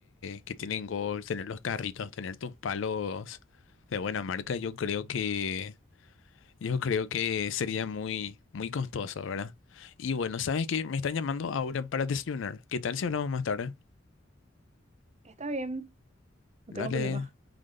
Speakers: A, on the left (about 70°); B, on the right (about 35°).
A: que tienen gol, tener los carritos, tener tus palos de buena marca, yo creo que... Yo creo que sería muy, muy costoso, ¿verdad? Y bueno, ¿sabes qué? Me están llamando ahora para desayunar. ¿Qué tal si hablamos más tarde?
B: Está bien, no
A: Dale,
B: tengo problema.